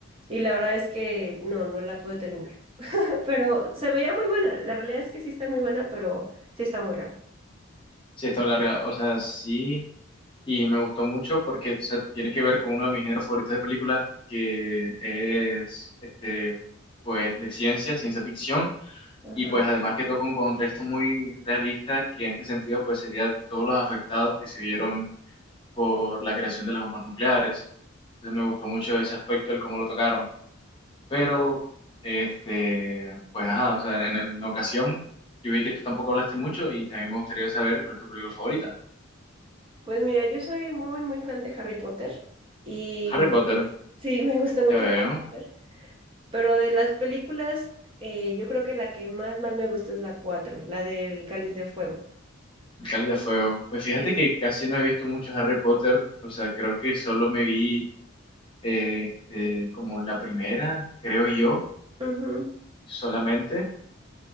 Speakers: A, on the right (about 25°); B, on the left (about 25°).
A: y la verdad es que no, no la pude terminar. <laughs> Pero se veía muy buena, la realidad es que sí está muy buena, pero sí está muy larga.
B: Sí, está larga, o sea, sí. y me gustó mucho porque o sea, tiene que ver con uno de mis géneros favoritos de películas que es este pues de ciencia, ciencia ficción
A: Ajá.
B: y pues además que toca un contexto muy realista que en este sentido pues sería todos los afectados que se vieron por la creación de las bombas nucleares. Entonces me gustó mucho ese aspecto, el cómo lo tocaron. Pero este pues ajá, o sea, en, en ocasión yo vi que tú tampoco hablaste mucho y también me gustaría saber cuál es tu película favorita.
A: Pues mira, yo soy muy, muy fan de Harry Potter y
B: Harry Potter,
A: sí, me gusta mucho
B: ya veo.
A: Harry Potter, pero de las películas, eh, yo creo que la que más, más me gusta es la 4, la del Cáliz de Fuego.
B: El Cáliz de Fuego. Pues fíjate
A: Sí.
B: que casi no he visto mucho Harry Potter, o sea, creo que solo me vi eh, eh, como la primera, creo yo,
A: Ujú.
B: solamente.